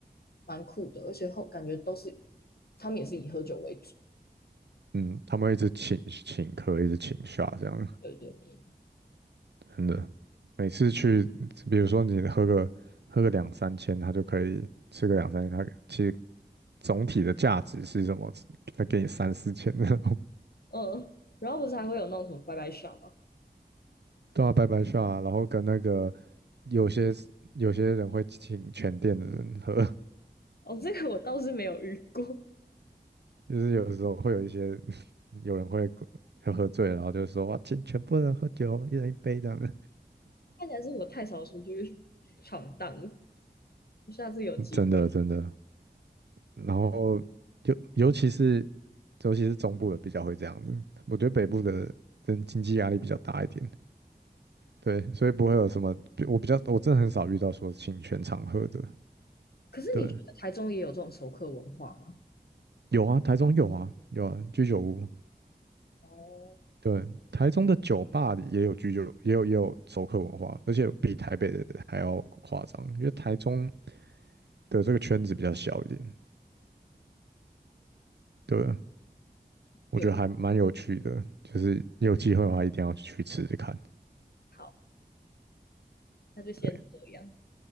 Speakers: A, on the left; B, on the right.
A: 蛮酷的，而且后感觉都是他们也是以喝酒为主。
B: 嗯，他们会一直请请客，一直请下这样。
A: 对对对，
B: 真的，每次去，比如说你喝个喝个两三千，他就可以吃个两三千，他其实总体的价值是什么？他给你三四千那种，
A: 嗯，然后不是还会有那种什么拜拜下吗？
B: <laughs> 对啊，拜拜，啊，然后跟那个有些有些人会请全店的人喝，
A: 哦，这个我倒是没有遇过，
B: <laughs> 就是有的时候会有一些 <laughs> 有人会喝喝醉了然后就说哇，请全部人喝酒，一人一杯这样的，
A: 看起来是我太少出去闯荡了，下次有机会。
B: <laughs> 真的真的。然后尤尤其是尤其是中部的比较会这样子，我觉得北部的真经济压力比较大一点，对，所以不会有什么，我比较我真的很少遇到说请全场喝的，
A: 可是你觉得台中也有这种熟客文化吗？
B: 对，有啊，台中有啊，有啊，居酒屋，
A: 哦，
B: 对，台中的酒吧里也有居酒，也有也有熟客文化，而且比台北的还要夸张，因为台中的这个圈子比较小一点，对，
A: 有，
B: 我觉得还蛮有趣的，就是你有机会的话一定要去吃吃看，
A: 好，那就先这样，
B: 对，